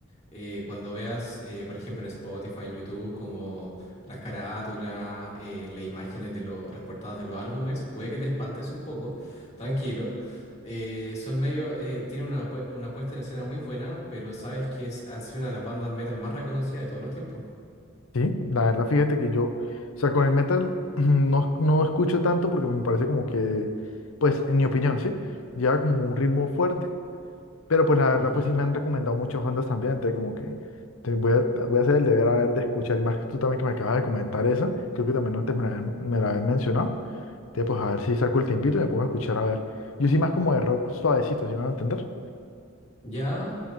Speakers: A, on the left; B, on the left.
A: eh, cuando veas, eh, por ejemplo, en Spotify, en YouTube, como las carátulas, eh, las imágenes de lo- las portadas de los álbumes, puede que te espantes un poco, tranquilo. Eh, son medio, eh, tienen una, pu- una puesta en escena muy buena, pero sabes que es, han sido una de las bandas metal más reconocidas de todos los tiempos.
B: Sí, la verdad, fíjate que yo, o sea, con el metal <clears throat> no, no escucho tanto porque me parece como que, pues, en mi opinión, ¿sí? Lleva como un ritmo fuerte Pero pues la verdad,
A: Ujú.
B: pues sí me han recomendado muchas bandas también, entonces como que te voy a, voy a hacer el deber a ver de escuchar, y más tú también que me acabas de comentar esa, creo que también antes me la, habían- me la habían mencionado, entonces pues a ver si saco el tiempito y me pongo a escuchar a ver. Yo sí más como de rock suavecito, ¿sí me van a entender?
A: Ya,